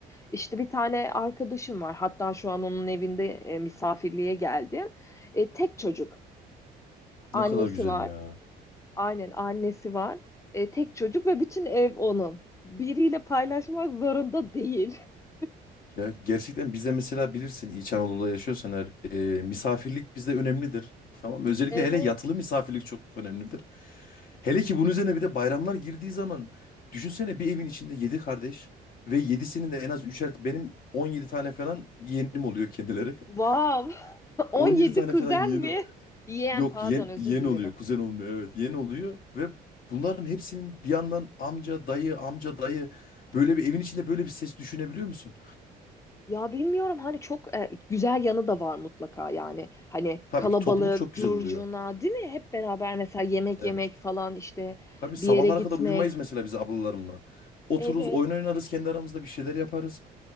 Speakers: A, on the left; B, on the left.
A: İşte bir tane arkadaşım var. Hatta şu an onun evinde e, misafirliğe geldim. E, tek çocuk. Annesi
B: Ne kadar güzel
A: var.
B: ya.
A: Aynen annesi var. E, tek çocuk ve bütün ev onun. Biriyle paylaşmak zorunda değil. <laughs>
B: Ya gerçekten bize mesela bilirsin İç Anadolu'da yaşıyorsan eğer e, misafirlik bize önemlidir. Tamam mı? Özellikle
A: Evet.
B: hele yatılı misafirlik çok önemlidir. Hele ki bunun üzerine bir de bayramlar girdiği zaman düşünsene bir evin içinde 7 kardeş ve 7'sinin de en az üçer benim 17 tane falan yeğenim oluyor kendileri.
A: Wow.
B: <laughs>
A: <laughs>
B: 17
A: 17
B: tane
A: kuzen
B: falan yeğeni
A: mi? Yeğen
B: yok
A: pardon
B: yeğen,
A: özür
B: yeğen
A: dilerim.
B: oluyor kuzen olmuyor evet yeğen oluyor ve bunların hepsinin bir yandan amca dayı amca dayı böyle bir evin içinde böyle bir ses düşünebiliyor musun?
A: Ya bilmiyorum hani çok e, güzel yanı da var mutlaka yani. Hani
B: Tabii
A: kalabalık,
B: ki topluluk çok
A: curcuna
B: güzel oluyor.
A: değil mi? Hep beraber mesela yemek
B: Evet.
A: yemek falan işte
B: Tabii sabahlara
A: bir yere gitmek.
B: kadar uyumayız mesela biz ablalarımla. Otururuz,
A: Evet.
B: oyun oynarız kendi aramızda bir şeyler yaparız.